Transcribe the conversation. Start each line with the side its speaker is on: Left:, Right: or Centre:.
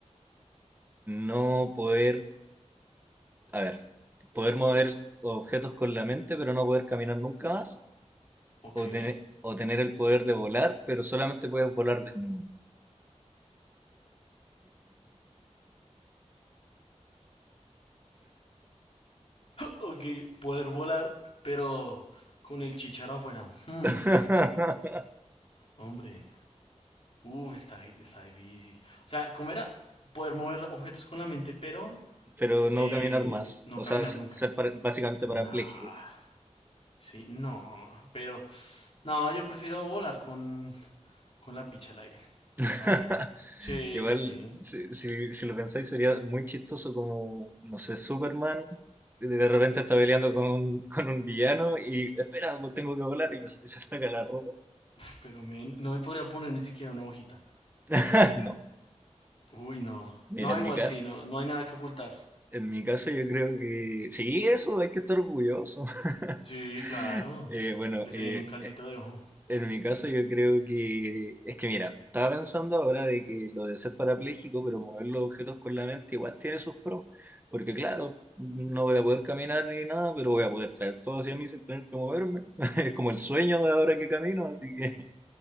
Right: No poder, a ver, poder mover objetos con la mente, pero no poder caminar nunca más,
Left: Ok.
Right: o tener, o tener el poder de volar, pero solamente puedes volar desnudo.
Left: Ok, poder volar, pero con el chicharo afuera. Hmm,
Right: <laughs>
Left: hombre. Uf, está, di- está difícil. O sea, ¿cómo era? Poder mover objetos con la mente, pero
Right: Pero no
Left: eh,
Right: caminar más,
Left: no
Right: o
Left: caminar
Right: sea, se-
Left: nunca.
Right: ser para- básicamente
Left: Nah.
Right: parapléjico.
Left: Sí, no, pero no, yo prefiero volar con, con la picha al aire,
Right: <laughs>
Left: la verdad. Sí,
Right: Igual,
Left: sí, sí.
Right: si, si- si lo pensáis, sería muy chistoso como, no sé, Superman de de repente está peleando con un, con un villano y espera, pues tengo que volar y se se saca la ropa.
Left: <laughs> Uf, pero men, no me podría poner ni siquiera una hojita.
Right: <laughs> No,
Left: Uy, no.
Right: mira,
Left: No,
Right: en
Left: igual
Right: mi caso,
Left: sí, no, no hay nada que ocultar.
Right: en mi caso yo creo que sí, eso hay que estar orgulloso. <laughs>
Left: Sí, claro.
Right: Eh, bueno,
Left: Que
Right: eh,
Left: se den un caldito de ojo.
Right: En mi caso, yo creo que es que mira, estaba pensando ahora de que lo de ser parapléjico, pero mover los objetos con la mente igual tiene sus pros, porque claro, no voy a poder caminar ni nada, pero voy a poder traer todo hacia mí sin tener que moverme. <laughs> Es como el sueño de ahora que camino, así que